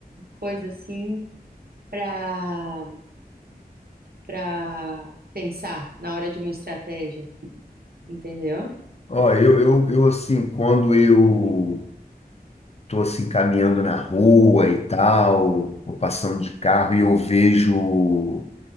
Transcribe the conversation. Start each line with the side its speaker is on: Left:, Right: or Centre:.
Right: coisa assim para para pensar na hora de uma estratégia, entendeu?
Left: Ó, eu, eu, eu assim, quando eu tô assim caminhando na rua e tal, ou passando de carro e eu vejo